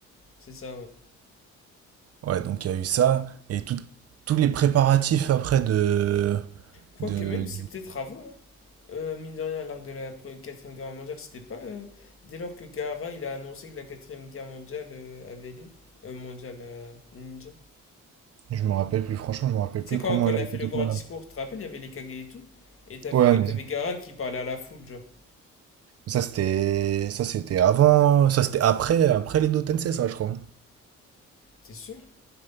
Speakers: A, on the left; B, on the right.
A: C'est ça, ouais.
B: Ouais, donc il y a eu ça et tout- tous les préparatifs après de
A: Quoique
B: de,
A: même, c'est peut-être avant, hein. Euh, mine de rien, l'arc de la 4ème guerre mondiale, c'était pas euh, dès lors que Gaara, il a annoncé que la quatrième guerre mondiale euh, avait lieu. Euh, mondiale, euh, ninja.
B: Je me rappelle plus, franchement, je me rappelle
A: Tu sais,
B: plus
A: quand,
B: comment
A: quand il
B: elle
A: a
B: a été
A: fait le
B: déclarée.
A: grand discours, tu te rappelles, il y avait les Kage et tout, et t'as vu,
B: Ouais, mais
A: t'avais Gaara qui parlait à la foule, genre.
B: ça c'était ça c'était avant, ça c'était après après les deux Tensei, ça je crois.
A: T'es sûr?